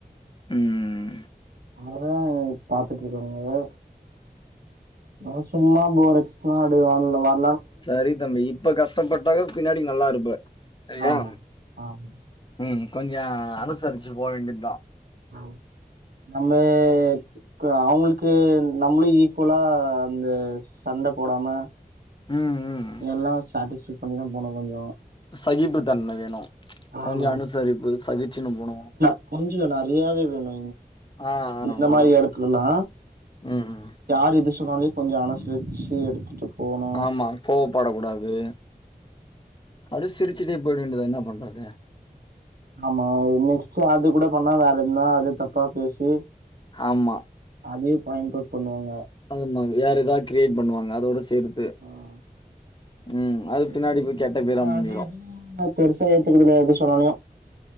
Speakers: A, on the left; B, on the right.
A: ம் ம்
B: அததா இப் பாத்துட்ருக்கங்க நம்ம சும்மா போறச்சுன்னா அப்டே <unintelligible>
A: சரி தம்பி இப்ப கஷ்டப்பட்டாக பின்னாடி நல்லா இருப்ப சரியா
B: ஆமா ஆமா
A: ம் கொஞ்ச அனுசரிச்சு போ வேண்டிதா
B: ம் நம்மே க்கு அவுங்களுக்கு நம்மளு ஈக்குவலா அந்த சண்ட போடாம
A: ம், ம்.
B: எல்லா சாட்டிஸ்பை பண்ணிதா போன கொஞ்சோ
A: சகிப்பு தன்ம வேணு கொஞ்சோ
B: ஆமா
A: அனுசரிப்பு சகிச்சுன்னு போனு
B: <unintelligible> நறையாவே வேணு
A: ஆ, ஆ,
B: இந்த மாரி
A: ஆ.
B: எடத்துலலா
A: ம்.
B: யாரு எது சொன்னாலே கொஞ்சோ அனுசரிச்சு எடுத்துட்டு போணு
A: ஆமா கோவப்படக்க கூடாது அப்டே சிரிச்சுட்டே போய்ட வேண்டி தா என்ன பண்றாது
B: ஆமா நெக்ஸ்ட் அது கூட பண்ணா வேற எதுனா அது தப்பா பேசி
A: ஆமா
B: அதே பாயிண்ட் அவுட் பண்ணுவாங்க
A: அதே மாரி வேற ஏதாவுது கிரியேட் பண்ணுவாங்க அதோட சேர்த்து
B: ஆ.
A: ம் அது
B: சேரி
A: பின்னாடி போய் கேட்ட பேர மூஞ்சிடு
B: அது எதுவும் நா பெருசா ஏத்துக்குதுல எது சொன்னாலயு